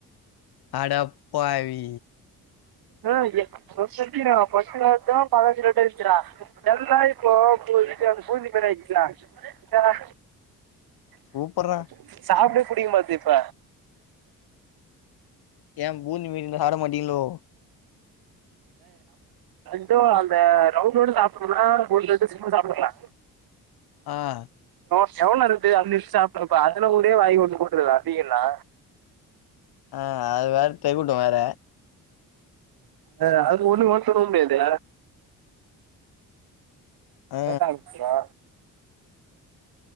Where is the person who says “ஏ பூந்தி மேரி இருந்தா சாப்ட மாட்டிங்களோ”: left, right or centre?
Left